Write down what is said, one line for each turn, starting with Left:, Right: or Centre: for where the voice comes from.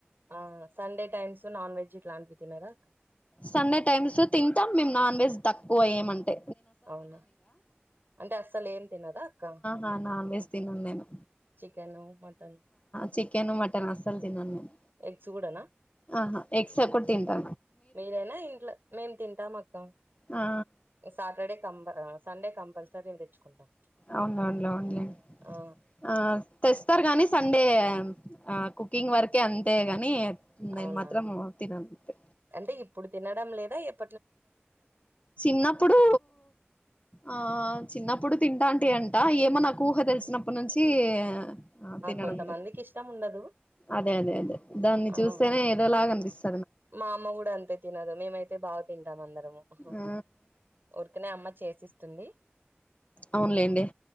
Right: ఆ సండే టైమ్స్ నాన్ వెజ్ ఇట్లాంటివి తినారా
Left: సండే టైమ్స్ తింటాం మేము నాన్ వెజ్ తక్కువయేమంటే
Right: అవునా అంటే అస్సలే ఏం తినదా అక్క
Left: ఆ నాన్ వెజ్ తినను నేను.
Right: చికెన్ మటన్
Left: చికెన్, మటన్ అస్సలు తినను నేను.
Right: ఎగ్స్ కూడానా
Left: ఆహా ఎగ్స్ ఒకటి తింటా
Right: మీరైనా ఇంట్ల, మేము తింటాం అక్క,
Left: ఆ
Right: సాటర్డే సండే కంపల్సరీగ తెచ్చుకుంటాం
Left: అవునఅవునులెండి
Right: ఆ
Left: ఆ తెస్తారు గాని సండే, ఆ కుకింగ్ వరకే అంతే గాని నేను
Right: అవునా,
Left: మాత్రం తినను అంతే
Right: అంటే ఇప్పుడు తినడం లేదా ఏప్పు
Left: చిన్నప్పుడు ఆ చిన్నప్పుడు తింటాంటే అంట ఏమో నాకు ఊహ తెలిసినప్పటినుంచి చ్చి ఆ తినడం
Right: కొంతమందికి
Left: లేదు
Right: ఇష్టం ఉండదు
Left: అదే అదే అదే దాన్ని
Right: ఆ
Left: చూస్తేనే ఏదోలాగా అనిపిస్తుంది
Right: మా అమ్మ గూడా అంతే తినదు, మేమై తే బా తింటామందర్ త్తము. ఉహు
Left: ఆ
Right: ఊరికనే అమ్మ చేసి తుంది.
Left: అవునులేండి.